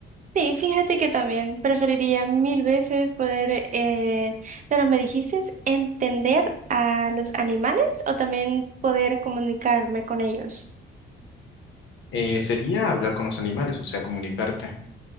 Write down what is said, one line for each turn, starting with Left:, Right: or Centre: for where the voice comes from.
Right: Sí, fíjate que también preferiría mil veces poder, eh, pero me dijiste entender a los animales o también poder comunicarme con ellos.
Left: Eh, sería hablar con los animales, o sea, comunicarte.